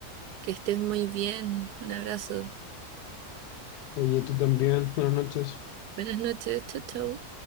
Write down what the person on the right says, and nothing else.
Que estés muy bien. Un abrazo.
Buenas noches. Chau, chau.